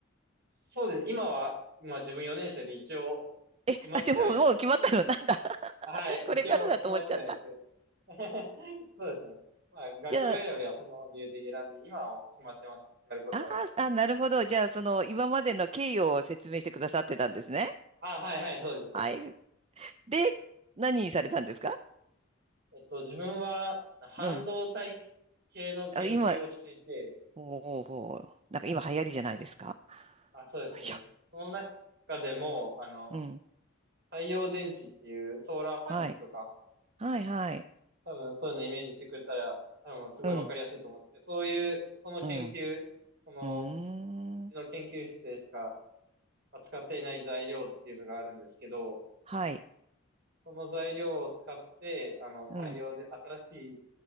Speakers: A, on the right; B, on the right.
A: そうです。今は、今自分4年生で一応
B: え、
A: 決まってはいるんですけど、
B: あ、じゃあもう、もう決まったの <laughs> なんだ <laughs>
A: はい、
B: 私これからだと思っちゃった。
A: 一応決まってはいるんですけど、<laughs> そうですね。まあ、学部選びはその理由的に選んで、
B: じゃあ、
A: 今はもう決まってますね。やることは。
B: あーあ、なるほど。じゃあ、その、今までの経緯を説明してくださってたんですね。
A: あ、はいはい、そうです、そうです、
B: はい。
A: そうです。
B: で、何にされたんですか
A: えっと、自分は半導体
B: うん。
A: 系の研究をしていて、
B: あ、今、ほうほうほう。なんか今流行りじゃないですか
A: あ、そうですね。
B: <laughs> いや、
A: その中でも、あの、
B: うん。
A: 太陽電池っていうソーラーパネルとか、
B: はい。はい、はい。
A: 多分そういうのイメージしてくれたら、多分すごいわかりやすいと思うんですけど、
B: うん、
A: そういう、その研究、
B: うん。
A: その、
B: うーん。
A: うちの研究室でしか扱っていない材料っていうのがあるんですけど、
B: はい。
A: その材料を使って、あの、太陽で、
B: うん、
A: 新しい